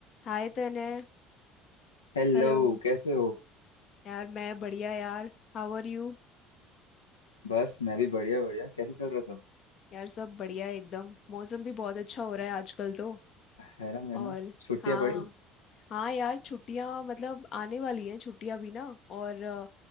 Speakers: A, on the left (about 45°); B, on the left (about 80°).
A: हाय तने
B: Hello
A: हेलो
B: कैसे हो
A: यार मैं बढ़िया यार हाउ आर यू
B: बस मैं भी बढ़िया बढ़िया कैसे चल रहा सब
A: यार सब बढ़िया एकदम मौसम भी बहुत अच्छा हो रहा है आजकल तो
B: है ना है
A: और
B: ना छुट्टियां
A: हाँ
B: पड़ी
A: हाँ यार छुट्टियां मतलब आने वाली हैं छुट्टियां भी ना और अ,